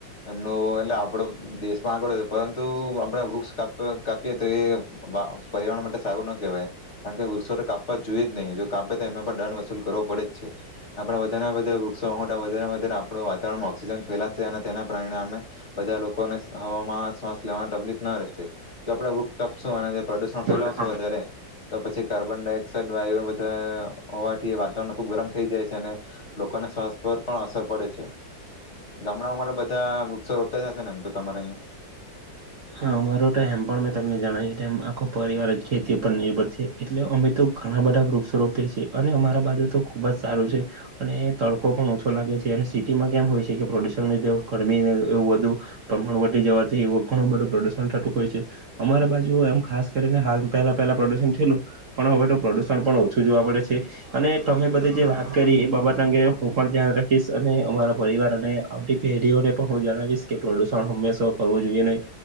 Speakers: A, on the left; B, on the right.
A: એમનું એટલે આપ દેશમાં પરંતુ તુ આપણા વૃક્ષ કાપ કાપીએ તો એ વા-પર્યાવરણ માટે સારું ન કહેવાય, કારણ કે વૃક્ષો તો કાપવા જોઈએ જ નહી કે જો કાપે તો એમને પર દંડ વસૂલ કરવો પડે જ છે. આપણે વધારેને વધારે વૃક્ષો મોટા વાવવા માટે વધારે આપણે વાતાવરણમાં ઓક્સિજન ફેલાશે અને તેના પરિણામે બધા લોકોને હવામાં શ્વાસ લેવાની તકલીફ ના રહેશે જો આપણે વૃક્ષ કાપશુ અને તે પ્રદુષણ ફેલાવશું
B: પ્રદૂષણ
A: વધારે તો પછી કાર્બન ડાયોક્સાઇડ વાયુ અઅઅ હોવાથી વાતાવરણ ખુબ ગરમ થઈ જાય છે. અને લોકોને શ્વાસ પર પણ અસર પડે છે. ગામડાઓમાં બધા વૃક્ષો રોપતા જશે ને એમ તો તમારે અહીંયા!
B: હ અમારો તો એમ પણ મેં તમને જણાવ્યું તેમ આખો પરિવાર જ ખેતી પર નિર્ભર છે એટલે અમે તો ઘણા બધા વૃક્ષ રોપી છીએ, અને અમારા બાજુ તો ખુબ જ સારું છે અને તડકો પણ ઓછો લાગે છે. અને સિટીમાં કેમ હોય છે કે પ્રદુષણ ગરમી એવું વધુ પ્રમાણ ઘટી જવાથી એવો ઘણું બધું પ્રદૂષણ થતું હોય છે અમારા બાજુ એમ ખાસ કરીને હાલ પહેલાં પહેલાં પ્રદૂષણ થયેલું પણ હવે તો પ્રદૂષણ પણ ઓછું જોવા મળે છે અને તમે બધી જે વાત કરી એ બાબત અંગે હું પણ ધ્યાન રાખીશ અને અમારા પરિવાર અને આવતી પેઢીઓને પણ હું જણાવીશ કે પ્રદૂષણ હંમેશા કરવું જોઈએ નહીં. અને